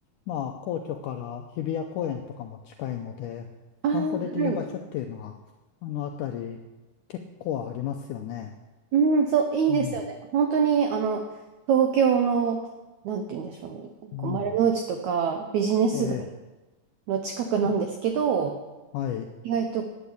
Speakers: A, on the left (about 85°); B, on the right (about 80°).
A: まあ、皇居から日比谷公園とかも近いので、
B: あーはい。
A: 散歩できる場所っていうのは、あのあたり結構ありますよね。
B: うん、そう、いいですよね。
A: うん。
B: 本当に、あの、東京の、なんて言うんでしょうね。
A: うん。
B: こう丸の内とかビジネス街
A: え
B: の近くなんですけど、
A: ー、はい。
B: 意外と